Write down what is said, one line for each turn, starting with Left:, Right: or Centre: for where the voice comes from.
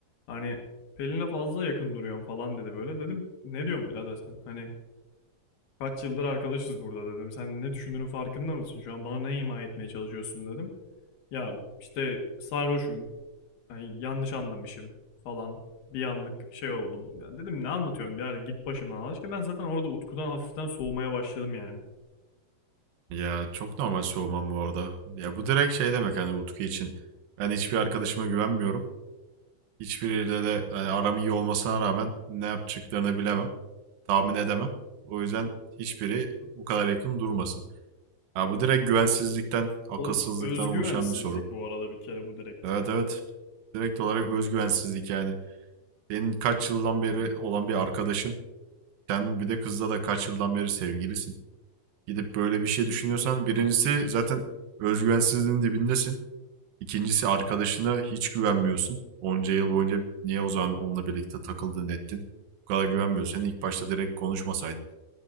Left: Hani Pelin'le fazla yakın duruyorsun falan dedi böyle. Dedim ne diyorsun birader sen? Hani Kaç yıldır arkadaşız burada dedim. Sen ne düşündüğünün farkında mısın? Şu an bana ne ima etmeye çalışıyorsun dedim. Ya işte sarhoşum. Ay, yanlış anlamışım falan. Bir anlık şey oldum. Ya dedim ne anlatıyorum ya git başımdan Allah aşkına. Ben zaten orada Utku'dan hafiften soğumaya başladım yani.
Right: Ya çok normal soğumam bu arada. Ya bu direkt şey demek hani Utku için. Ben hiçbir arkadaşıma güvenmiyorum. Hiçbiriyle de hani aram iyi olmasına rağmen ne yapacaklarını bilemem. Tahmin edemem. O yüzden hiçbiri bu kadar yakın durmasın. Ya bu direkt güvensizlikten, akılsızlıktan
Left: Oğlum özgüvensizlik
Right: oluşan bir sorun.
Left: bu arada bir kere bu direkt.
Right: Evet evet. Direkt olarak özgüvensizlik yani. Senin kaç yıldan beri olan bir arkadaşın. Sen bir de kızla da kaç yıldan beri sevgilisin. Gidip böyle bir şey düşünüyorsan birincisi zaten özgüvensizliğin dibindesin. İkincisi arkadaşına hiç güvenmiyorsun. Onca yıl boyunca niye o zaman onunla birlikte takıldın ettin? Bu kadar güvenmiyorsan ilk başta direkt konuşmasaydın.